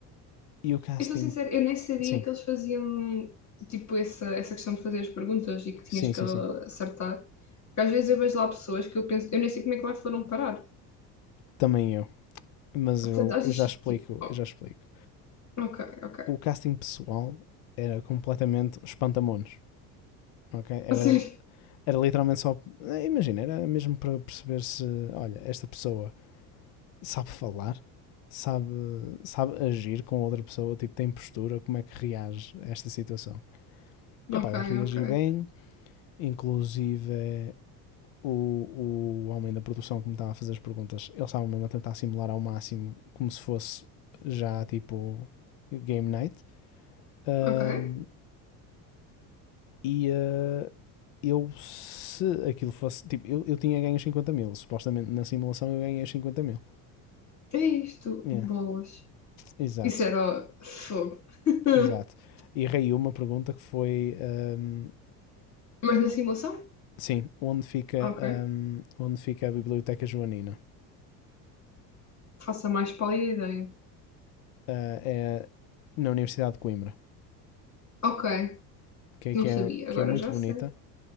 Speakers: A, on the left (about 65°); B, on the left (about 35°).
A: E o casting.
B: Eu sou sincera, eu nem sabia
A: Sim,
B: que eles faziam, tipo, essa, essa questão de fazer as perguntas e que tinhas
A: sim,
B: que
A: sim,
B: acertar.
A: sim.
B: Porque às vezes eu vejo lá pessoas que eu penso, eu nem sei como é que lá foram parar.
A: Também eu. mas
B: Portanto,
A: eu,
B: às
A: eu
B: vezes
A: já
B: fico
A: explico,
B: tipo, oh,
A: eu já explico.
B: ok, ok.
A: O casting pessoal era completamente espantamonos, ok? Era,
B: A sério.
A: era literalmente só, eh, imagina, era mesmo para perceber se, olha, esta pessoa sabe falar, sabe, sabe agir com outra pessoa, tipo, tem postura, como é que reage a esta situação. E
B: Ok,
A: opá, eu reagi
B: ok,
A: bem, inclusive o, o homem da produção que me estava a fazer as perguntas, ele estava mesmo a tentar simular ao máximo como se fosse já tipo game night. Ahm,
B: ok.
A: e ah, eu, se aquilo fosse. Tipo, eu, eu tinha ganho cinquenta mil. Supostamente na simulação eu ganhei cinquenta mil.
B: Que é isto?
A: Yeah,
B: Bolas.
A: exato,
B: Isso era fogo. <laughs>
A: exato. Errei uma pergunta que foi: ahm,
B: Mas na simulação?
A: sim, onde fica,
B: Ok.
A: ahm, onde fica a Biblioteca Joanina?
B: Faça mais pálida ideia.
A: Ah, é na Universidade de Coimbra,
B: Ok.
A: que é,
B: Não
A: que,
B: sabia,
A: é, que
B: agora
A: é muito
B: já
A: bonita.
B: sei.